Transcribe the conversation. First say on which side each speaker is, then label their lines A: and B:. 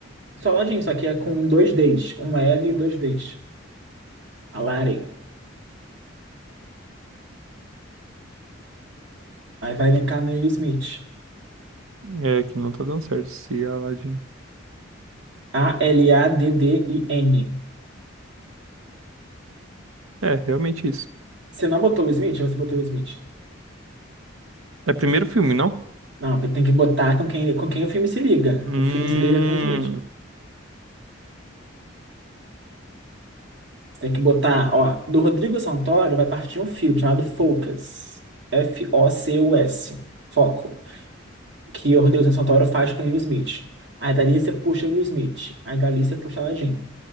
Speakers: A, on the right (about 60°); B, on the right (about 85°).
A: Salgadinho, só que é com dois Ds. Um L e dois Ds. Aladdin. Aí vai linkar no Will Smith.
B: É, que não tá dando certo se Aladdin...
A: A-L-A-D-D-I-N.
B: É, realmente isso.
A: Você não botou o Smith ou você botou o Smith?
B: É primeiro filme, não?
A: Não, tem que botar com quem, com quem o filme se liga.
B: Hum...
A: O filme se liga com o Smith. Você tem que botar, ó, do Rodrigo Santoro vai partir um filme chamado Focus. F-O-C-U-S. Foco. Que o Rodrigo Santoro faz com o Will Smith. Aí dali você puxa o Will Smith. Aí dali você puxa o Aladdin.